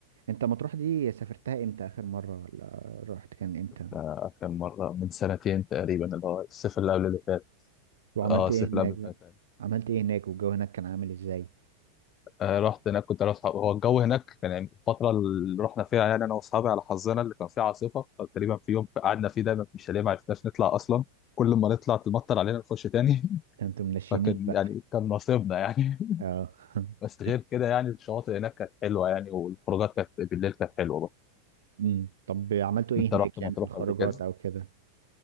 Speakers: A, on the right; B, on the left.
A: انت مطروح دي سافرتها امتى اخر مرة ولا رحت كان امتى
B: آه، كان مره من سنتين تقريبا اللي هو الصيف اللي قبل اللي فات
A: وعملت
B: اه الصيف
A: ايه هناك
B: اللي قبل
A: بقى
B: اللي فات
A: عملت ايه هناك والجو هناك كان عامل ازاي
B: آه، رحت هناك كنت انا واصحابي هو الجو هناك كان يعني الفتره اللي رحنا فيها يعني انا واصحابي على حظنا اللي كان فيها عاصفه فتقريبا في يوم قعدنا فيه دايما في الشاليه ما عرفناش نطلع اصلا كل ما نطلع تمطر علينا نخش تاني
A: ده انتوا
B: <laughs>
A: منشنين
B: فكان
A: بقى
B: يعني كان نصيبنا يعني
A: اه
B: <laughs>
A: <laughs>
B: بس غير كده يعني الشواطئ هناك كانت حلوه يعني والخروجات كانت بالليل كانت حلوه برضه
A: امم طب عملتوا ايه
B: انت
A: هناك
B: رحت مطروح
A: يعني في الخروجات
B: قبل كده
A: او كده